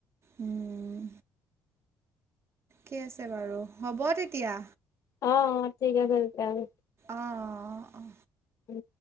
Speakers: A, on the right; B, on the left.
A: উম। কি আছে বাৰু, হ'ব তেতিয়া।
B: অ অ ঠিক আছে তেতিয়াহলে।
A: অ অ অ।
B: উম